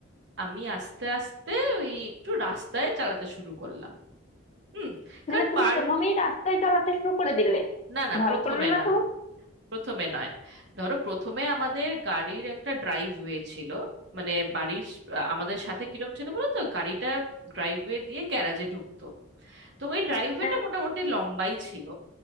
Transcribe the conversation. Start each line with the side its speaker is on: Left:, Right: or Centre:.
Right: আমি আস্তে আস্তে ওই একটু রাস্তায় চালাতে শুরু করলাম হুম কারণ
Left: মানে তুমি
Right: পার
Left: প্রথমেই রাস্তায় চালাতে শুরু করে দিলে
Right: না না
Left: ভয়
Right: প্রথমে
Left: করলো না
Right: না
Left: তো
Right: প্রথমে নয় ধরো প্রথমে আমাদের গাড়ির একটা ড্রাইভওয়ে ছিল মানে বাড়ির স- আমাদের সাথে কিরম ছিল বলো তো গাড়িটা ড্রাইভওয়ে দিয়ে গ্যারাজে ঢুকতো তো ওই ড্রাইভওয়েটা
Left: হ্যাঁ
Right: মোটামুটি লম্বাই ছিল